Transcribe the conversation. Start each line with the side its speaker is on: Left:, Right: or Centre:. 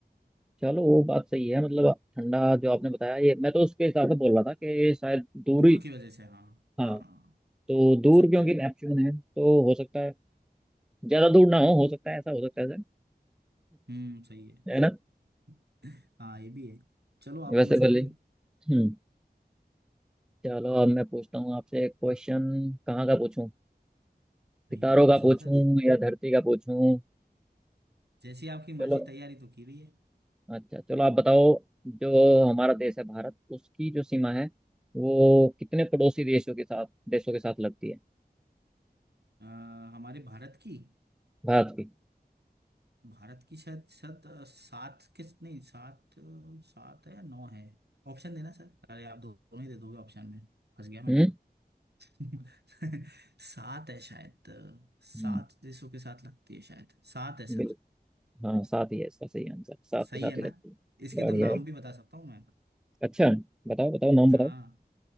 Centre: चलो वो बात सही है मतलब ठंडा जो आपने बताया ये मैं तो उसके हिसाब से बोल रहा था कि शायद दूरी
Right: दूर की वजह से हाँ
Centre: हाँ
Right: हाँ
Centre: तो दूर
Right: हो सकता
Centre: क्योंकि
Right: है
Centre: नेपच्यून है तो हो सकता है ज्यादा दूर ना हो हो सकता है ऐसा हो सकता है सर
Right: हम्म सही है
Centre: है ना
Right: <laughs> हाँ ये भी है चलो आप
Centre: वैसे
Right: पूछो
Centre: भले
Right: कोई
Centre: हम्म चलो अब मैं पूछता हूँ आपसे एक क्वेश्चन कहाँ का पूछूं
Right: कहीं
Centre: सितारों
Right: का ही पूछ
Centre: का पूछूं
Right: लो सर
Centre: या धरती का पूछूं
Right: जैसी आपकी मर्जी
Centre: चलो
Right: तैयारी तो की रही है।
Centre: अच्छा चलो आप बताओ जो हमारा देश है भारत उसकी जो सीमा है वो कितने पड़ोसी देशों के साथ देशों के साथ लगती है
Right: अ, हमारे भारत की
Centre: भारत की
Right: भारत की शायद शायद अ, सात किस नहीं सात अ, सात है या नौ है ऑप्शन देना सर अरे आप दो- दोनों ही दे दोगे ऑप्शन में फंस गया मैं
Centre: हम्म
Right: तो <laughs> सात है शायद अ, सात
Centre: हम्म
Right: देशों के साथ लगती है शायद सात है
Centre: बिल्कुल
Right: सर
Centre: हाँ सात ही है इसका सही आंसर सात
Right: सही
Centre: के साथ
Right: है ना
Centre: ही लगती है
Right: इसके
Centre: बढ़िया
Right: तो नाम
Centre: है
Right: भी बता सकता हूँ मैं
Centre: अच्छा बताओ बताओ नाम
Right: हाँ
Centre: बताओ